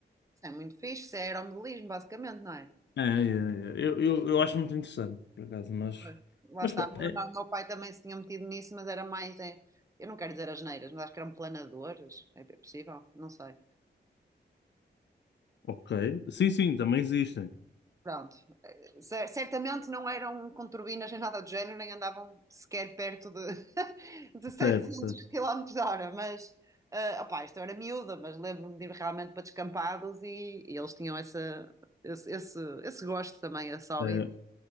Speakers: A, on the right; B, on the left.
A: Isso é muito fixe, isso é aeromodelismo, basicamente, não é?
B: É, é, é. Eu, eu, eu acho muito interessante, por acaso, mas.
A: Pois, lá
B: Mas,
A: está,
B: pá,
A: o meu
B: é,
A: irmão, o meu pai também se tinha metido nisso, mas era mais, é, eu não quero dizer asneiras, mas acho que eram planadores, é é possível, não sei.
B: ok. Sim, sim, também existem.
A: Pronto, certamente não eram com turbinas nem nada do género, nem andavam sequer perto de, <laughs> de 700
B: Certo, certo.
A: km hora, mas ah, opá, isto eu era miúda, mas lembro-me de ir realmente para descampados e, e eles tinham essa, esse, esse, esse gosto também, esse hobby
B: É,